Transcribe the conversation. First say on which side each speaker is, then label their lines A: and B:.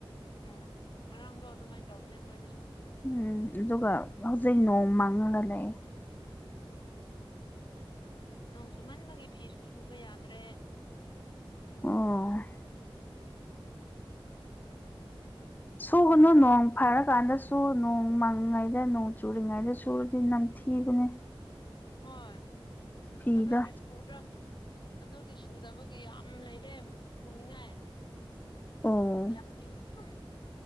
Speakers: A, on the left; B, on the left.
A: ꯎꯝ ꯉꯔꯥꯡꯗꯣ ꯑꯗꯨꯃꯥꯏꯅ ꯇꯧꯕꯅꯦ ꯑꯩꯈꯣꯏꯗꯁꯨ꯫
B: ꯎꯝ ꯑꯗꯨꯒ ꯍꯧꯖꯤꯛ ꯅꯣꯡ ꯃꯥꯡꯉꯥꯒ ꯂꯩꯌꯦ꯫
A: ꯅꯣꯡ ꯆꯨꯃꯟꯕꯒꯤ ꯐꯤꯁꯨ ꯁꯨꯕ ꯌꯥꯗ꯭ꯔꯦ꯫
B: ꯑꯣ ꯁꯨꯒꯅꯣ ꯅꯣꯡ ꯐꯔꯀꯥꯟꯗꯁꯨ ꯅꯣꯡ ꯃꯥꯡꯉꯤꯉꯩꯗ ꯅꯣꯡ ꯆꯨꯔꯤꯉꯩꯗ ꯁꯨꯔꯗꯤ ꯅꯝꯊꯤꯕꯅꯦ꯫
A: ꯍꯣꯏ
B: ꯐꯤꯗꯣ
A: ꯑꯗꯨꯒꯤ ꯁꯨꯗꯪ ꯑꯗꯨꯒꯤ ꯁꯨꯗꯕꯒꯤ ꯌꯥꯝ ꯂꯩꯔꯦ ꯁꯨꯅꯤꯡꯉꯥꯏ꯫
B: ꯑꯣ
A: ꯌꯥꯝꯅꯤ <unintelligible>